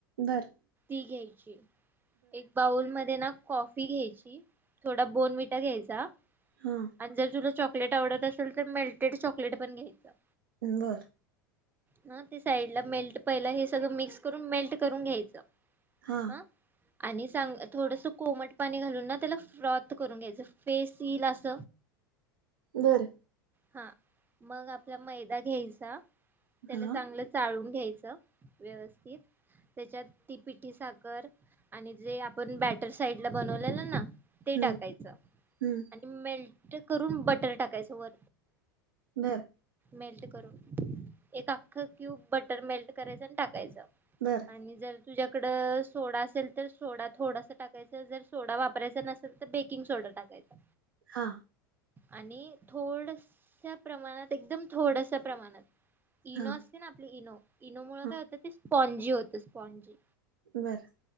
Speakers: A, on the right (about 80°); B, on the right (about 20°).
A: बरं
B: ती घ्यायची एक बाऊल मध्ये ना कॉफी घ्यायची थोडा बोनविटा घ्यायचा
A: हा
B: आणि जर तुला चॉक चॉकलेट आवडत असेल तर मेल्टेड चॉकलेट पण घ्यायच
A: बर
B: ना ते साईड ला मेल्ट पहिलं हे सगळं मिक्स करून मेल्ट करून घ्यायचं
A: हा
B: ह आणि सांग थोडस कोमट पाणी घालून ना त्याला फ्रॉथ करून घ्यायचं फेस येल अस
A: बर
B: हा मग आपला मैदा घ्यायचा त्याला
A: हा
B: चांगलं चाळून घ्यायच व्यवस्थित त्याच्यात ती पिठी साखर आणि जे आपण बॅटर साईड ला बनवलेलं ना ते
A: हम्म
B: टाकायचं
A: हम्म
B: आणि मे ते करून बटर टाकायच वर
A: बर
B: मेल्ट करून एक अ क्यूब बटर मेल्ट करायचं आणि टाकायचं
A: बर
B: आणि जर तुझ्याकड सोडा असेल तर सोडा थोडासा टाकायचं जर सोडा वापरायचा नसेल तर बेकिंग सोडा टाकायचा
A: हा
B: आणि थोड प्रमाणात एकदम थोडस प्रमाणात ईनो
A: हा
B: ईनो इनोमुळ काय
A: हा
B: होतं ते स्पॉनजी होत स्पॉनजी
A: बरं